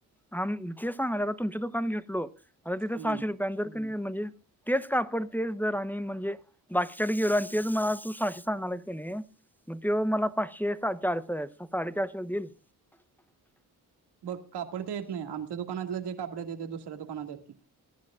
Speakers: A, in the centre; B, on the right.
A: हा ते सांगलो आता तुमच दुकान घेतलो आता तिथे
B: हम्म
A: सहाशे रुपयांनी जर कानी म्हणजे तेच कापड तेच दर आणि म्हणजे बाकीच्या कडे गेलो आणि तेच मला तू सहाशे सांगालास कनी मग तो मला पाचशे चारशे साडेचारशेला देईल
B: बघ कापड ते येत नाही आमच्या दुकानातले जे कापडे येत ते दुसऱ्या दुकानात येत नाही.